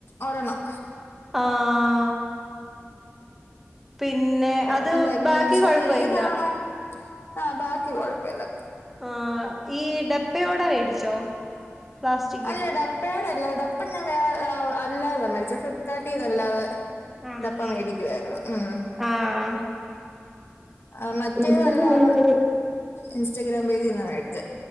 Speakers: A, on the left; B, in the centre.
A: ഒരെണ്ണം
B: ആഹാ പിന്നെ
A: ഒരെണ്ണം
B: അത്
A: കരിയ
B: ബാക്കി
A: പക്ഷെ
B: കൊഴപ്പമില്ല
A: അത് ഏതാണോ? ആഹ് ബാക്കി കൊഴപ്പല്ല
B: ആഹ് ഈ ഡെപ്പയോടെ മേടിച്ചോ? പ്ലാസ്റ്റിക്
A: അല്ല ഡപ്പയോടെ അല്ലാ ഡപ്പഞാൻ വേർ ആൾ അല്ലാതെ മേടിച്ചത്. ഫ്ലിപ്കാർട്ടീന്നല്ലാതെ
B: ആണല്ലേ
A: ഡപ്പ മേടിക്കുവായിരുന്നു ഉും
B: ആഹ്
A: ആഹ് മറ്റേതല്ലാത്
B: മറ്റേത് നല്ലത്
A: ഇൻസ്റ്റഗ്രാം പേജ്ന്ന മേടിച്ചേ